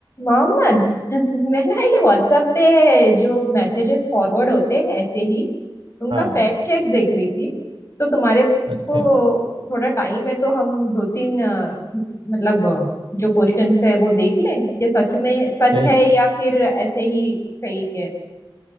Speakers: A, on the left (about 30°); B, on the right (about 75°).
A: मोहम्मद <laughs> मैं ना ये व्हाट्सएप पे जो मैसेजेस फॉरवर्ड होते हैं ऐसे ही उनका
B: हाँ
A: फैक्ट चेक देख रही थी तो तुम्हारे को
B: अच्छा
A: थोड़ा टाइम है तो हम दो तीन अ, मतलब अ, जो क्वेश्चंस है वो देख लें कि सच में सच
B: फिर
A: है या फिर ऐसे ही फेक है